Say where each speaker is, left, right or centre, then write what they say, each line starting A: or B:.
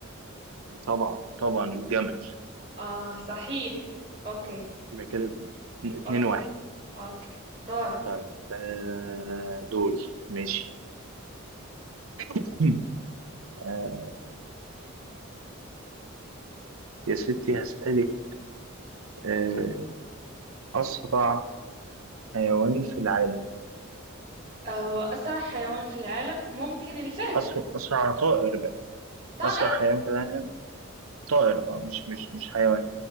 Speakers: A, on the right (about 80°); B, on the right (about 30°).
A: طبعا طبعا الجمل
B: آه صحيح أوكي
A: يبقى كده اتنين اتنين
B: أوكي
A: واحد
B: أوكي دورك
A: طيب آه، دوري ماشي <clears throat> آه، يا ستي هسألك آه، أسرع حيوان في العالم
B: آه، هو أسرع حيوان في العالم ممكن الفهد
A: أسرع, أسرع طائر بقى
B: طائر
A: أسرع حيوان في العالم طائر أه مش مش مش حيوان